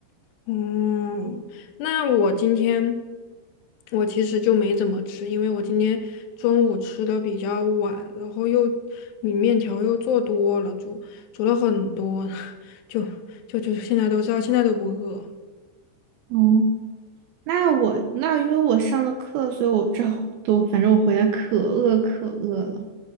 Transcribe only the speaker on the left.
嗯，那我今天我其实就没怎么吃，因为我今天中午吃的比较晚，然后又米面条又做多了，煮煮了很多，<laughs> 就就就现在都知道，现在都不饿。